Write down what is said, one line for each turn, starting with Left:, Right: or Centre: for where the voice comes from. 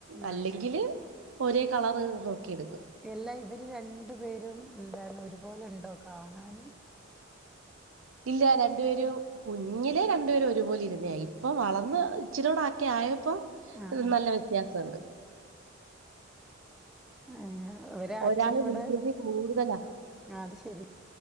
Centre: ആഹ്
Right: അല്ലെങ്കില്
Centre: അത് ശരി
Right: ഒരേ കളറ് നോക്കി എട്
Centre: എല്ല ഇവര് രണ്ടുപേരും മ്മ് ന്താണ് ഒരുപോലെണ്ടോ കാണാന്
Right: ല്ല്യ രണ്ടുപേരും കുഞ്ഞിലെ രണ്ടുപേരും ഒരുപോലിരുന്നേ ഇപ്പ വളർന്ന് ഇച്ചിരൂടെ ഒക്കെ ആയ പ്പൊ
Centre: ആഹ് ആഹ്
Right: നല്ല വ്യത്യാസുണ്ട്
Centre: ഏഹ് അവരെ
Right: ഒരാള്
Centre: അച്ഛന് ഇവിടെ
Right: വികൃതി കൂടുതലാ
Centre: ആഹ് അത് ശരി